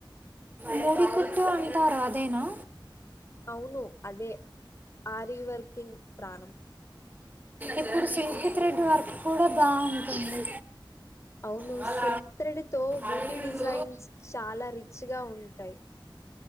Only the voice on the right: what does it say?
మోవికుత్తూ అంటారు అదేనా
ఇప్పుడు సిల్క్ థ్రెడ్ వర్క్ కూడా బాగుంటుంది.
వాళ్ళ
అడిగిండు